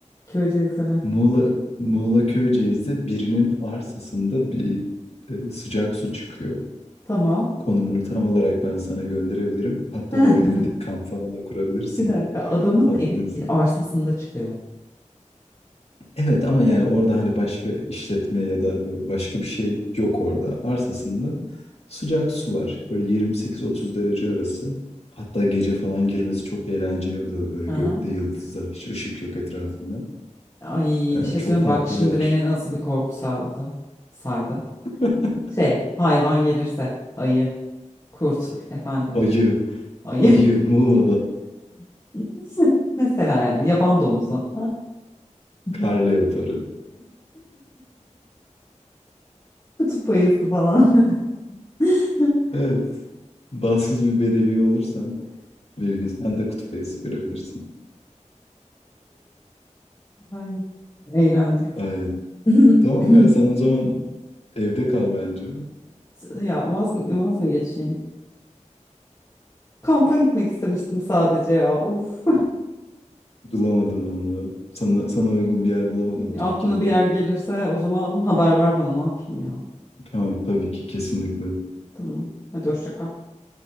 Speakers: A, on the left; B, on the left.
A: Köyceğiz'de ne?
B: Muğla, Muğla Köyceğiz'de birinin arsasında bir e, sıcak su çıkıyor.
A: Tamam.
B: Konumunu tam olarak ben sana gönderebilirim. Hatta
A: <laughs>
B: orada gidip kamp falan da kurabilirsin.
A: Bir dakika. Adamın
B: Tatlı
A: evi
B: insan.
A: e, arsasında çıkıyor.
B: Evet ama yani orada hani başka işletme ya da böyle başka bir şey yok orada. Arsasında sıcak su var. Böyle 28-30 derece arası. Hatta gece falan girmesi çok eğlenceli oluyor. Böyle
A: Hı
B: gökte
A: hı.
B: yıldızlar, hiç ışık yok etrafında.
A: Ay
B: Ee,
A: bir şey
B: çok
A: söyleyeyim.
B: tatlı
A: Bak şimdi
B: bir yer.
A: beni nasıl bir korku saldı. Sardı.
B: <laughs>
A: Şey hayvan gelirse ayı, kurt efendim.
B: Ayı.
A: Ayı.
B: Ayı Muğla'da
A: <laughs> Mesela yani yaban domuzu. <laughs>
B: kar leoparı.
A: Kutup ayısı falan. <laughs>
B: Evet. Bahtsız bir bedevi olursan bir gün sen de kutup ayısı görebilirsin.
A: Ay, eğlendim.
B: Ay,
A: <clears throat>
B: tamam ya sen o zaman evde kal bence.
A: Ya vaz mı, vaz mı geçeyim? Kampa gitmek istemiştim sadece ya. Of.
B: Bulamadım vallahi. Sana sana uygun bir yer bulamadım
A: <laughs>
B: Türkiye'de.
A: Aklına bir yer gelirse o zaman haber ver bana ne yapayım ya.
B: Tamam tabii ki kesinlikle.
A: Tamam. Hadi hoşça kal.